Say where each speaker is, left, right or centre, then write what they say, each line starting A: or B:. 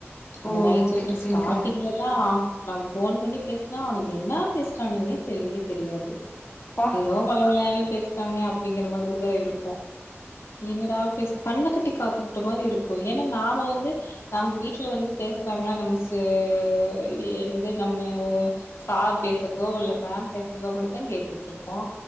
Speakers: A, on the left (about 85°); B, on the left (about 35°).
A: அது
B: ஓ
A: நைட்
B: ஓகே
A: சிப்ட்
B: ஓகேங்க்கா
A: ஸ்டார்ட்டிங்லல்லாம் நம்ம ஃபோன் பண்ணி பேஸ்னா அவனுக என்ன பேசறானுங்கனே தெரியவே தெரியாது
B: ப்பா
A: எதோ வழ வழனு பேஸ் காங்க அப்டிங்கிற மாதிரி தா இருக்கு என்னடா பேச கண்ண கட்டி காட்லுட்ட மாரி இரு க்கு ஏன்னா நாம வந்து நம்ம வீட்டுல வந்து பேசுறாங்களா நம்ம சே ஆ என்னது நம்ம சார் பேசுறதோ இல்ல மேம் பேசுறதோ மட்டும் தான் கேட்டு வச்சிருப்போம்